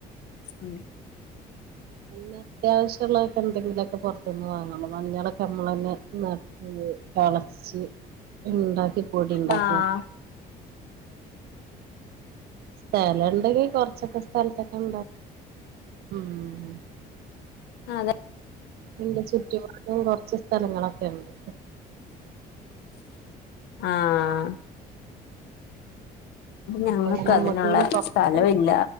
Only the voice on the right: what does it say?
അല്ല അത്യാവശ്യള്ള എന്തെങ്കിലൊക്കെ പൊറത്തുന്ന് വാങ്ങുള്ളു മഞ്ഞളൊക്കെ നമ്മളന്നെ നട്ട് കളച്ച് ഉണ്ടാക്കി പൊടിണ്ടാക്കാ
സ്ഥലുണ്ടെങ്കി കൊറച്ചൊക്കെ സ്ഥലത്തൊക്കെ എന്താ. ഉം
എന്റെ ചി ചുറ്റുപാടും കുറച്ച് സ്ഥലങ്ങളൊക്കെ ഉണ്ട്
അപ്പൊ ഇങ്ങനെ നമ്മക്ക്
ഇങ്ങനെ കൊറച്ച്